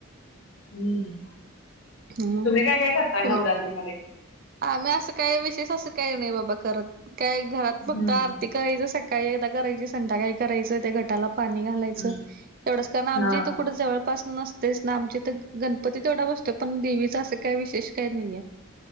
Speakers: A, on the left; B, on the right.
A: हम्म.
B: हम्म..
A: तुम्ही काय काय करताय नवरात्रीमध्ये?
B: तुम्ही आम्ही असं काही विशेष, असं काही नाही बाबा करत. काय घरात फक्त
A: हम्म
B: आरती करायचं, सकाळी एकदा करायची संध्याकाळी करायचं ते घटाला. पाणी घालायचं
A: हम्म
B: एवढंच कारण, आमच्या
A: हा
B: इथं कुठं जवळपास नस तेच ना आमच्या इथं गणपती तेवढा बसतोय, पण देवीचा असं काय विशेष काही नाहीे.